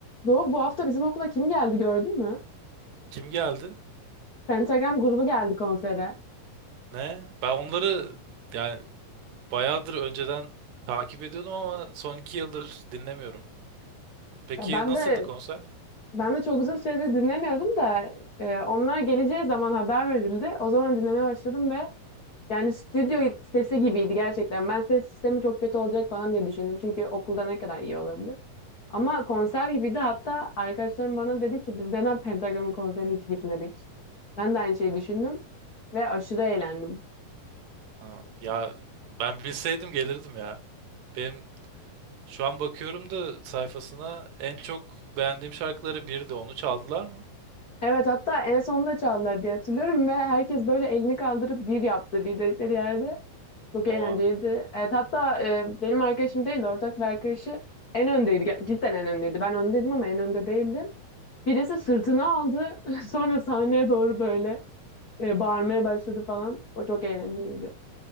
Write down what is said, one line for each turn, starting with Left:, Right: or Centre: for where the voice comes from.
Left: Doğu bu hafta bizim okula kim geldi gördün mü?
Right: Kim geldi?
Left: Pentagram grubu geldi konsere.
Right: Ne? Ben onları yani bayağıdır önceden takip ediyordum ama son iki yıldır dinlemiyorum. Peki
Left: Ya ben
Right: nasıldı
Left: de
Right: konser?
Left: ben de çok uzun süredir dinlemiyordum da e, onlar geleceği zaman haber verildi. O zaman dinlemeye başladım ve yani stüdyo sesi gibiydi gerçekten. Ben ses sistemi çok kötü olacak falan diye düşündüm. Çünkü okulda ne kadar iyi olabilir. Ama konser gibiydi. Hatta arkadaşlarım bana dedi ki biz neden Pentagram'ın konserine hiç gitmedik? Ben de aynı şeyi düşündüm ve aşırı eğlendim.
Right: Ha, ya ben bilseydim gelirdim ya. Benim şu an bakıyorum da sayfasına en çok beğendiğim şarkıları birdi. Onu çaldılar mı?
Left: Evet hatta en sonunda çaldılar diye hatırlıyorum ve herkes böyle elini kaldırıp bir yaptı bir dedikleri yerde. Çok
Right: Oha
Left: eğlenceliydi. Evet hatta e, benim arkadaşım değildi ortak bir arkadaşı en öndeydi. Ger- Cidden en öndeydi. Ben öndeydim ama en önde değildim. Birisi sırtına aldı <laughs> sonra sahneye doğru böyle e, bağırmaya başladı falan. O çok eğlenceliydi.